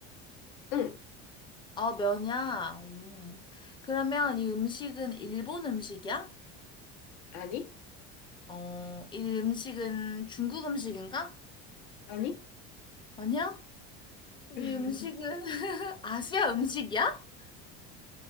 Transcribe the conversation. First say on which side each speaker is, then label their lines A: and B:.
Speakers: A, on the left; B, on the left.
A: 응.
B: 어, 면이야. 음. 그러면 이 음식은 일본 음식이야?
A: 아니?
B: 어, 이 음식은 중국 음식인가?
A: 아니?
B: 아니야? 그럼
A: <laughs>
B: 이 음식은 <laughs> 아시아 음식이야?